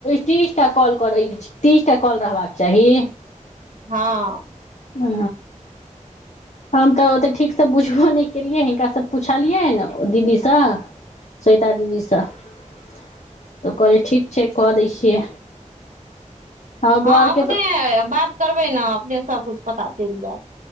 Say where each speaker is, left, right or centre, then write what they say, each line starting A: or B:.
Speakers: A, on the left; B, on the right.
A: तीसटा तीसटा कॉल रहबाक चाही
B: हँ
A: ओ हम तऽ ओते ठीकसँ बुझबो नहि केलियै हिनकाँ पुछलियैन दीदीसँ
B: <inaudible>
A: स्वेता दीदीसँ तऽ कहली ठीक छै कऽ दै छियै हमर
B: हँ
A: बड़के
B: अपने
A: तऽ
B: बात करबै ने अपने सब कुछ पता चलि जैत